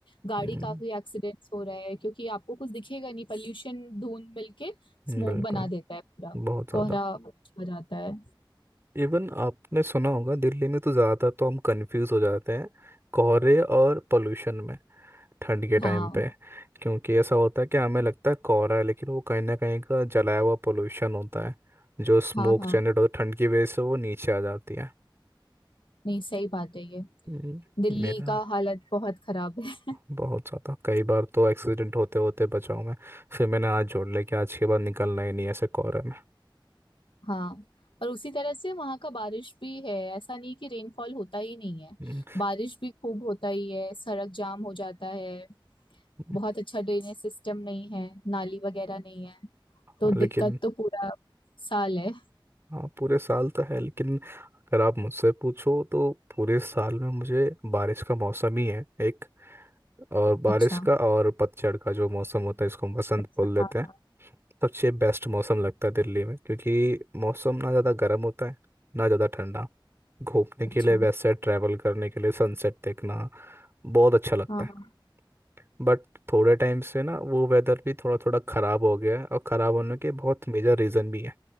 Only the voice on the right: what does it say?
हम्म,
बिल्कुल
बहुत
ज़्यादा।
इवन आपने सुना होगा दिल्ली में तो ज़्यादा तो हम कंफ्यूज हो जाते हैं कोहरे और पोल्यूशन में ठंड के टाइम
पे क्योंकि ऐसा होता है कि हमें लगता है कोहरा है लेकिन वो कहीं ना कहीं का जलाया हुआ पोल्यूशन होता है जो स्मोक
जनरेट होता है ठंड की वजह से वो नीचे आ जाती है
हम्म,
मेरा
बहुत ज़्यादा कई बार तो एक्सीडेंट होते होते बचाऊँ मैं फिर मैंने आज जोड़ लिया कि आज के बाद निकलना ही नहीं है ऐसे कोहरे में
हम्म,
हम्म,
हाँ,
लेकिन
हाँ पूरे साल तो है लेकिन अगर आप मुझसे पूछो तो पूरे साल में मुझे बारिश का मौसम ही है एक और बारिश
का और पतझड़ का जो मौसम होता है इसको हम बसंत
बोल देते
हैं सबसे बेस्ट मौसम लगता है दिल्ली में क्योंकि मौसम ना ज़्यादा गर्म होता है ना ज़्यादा ठंडा घूमने
के लिए वैसे ट्रैवल करने के लिए सनसेट देखना बहुत अच्छा लगता
है
बट थोड़े टाइम से ना वो वेदर भी थोड़ा थोड़ा ख़राब हो गया है और ख़राब होने के बहुत मेजर रीज़न भी है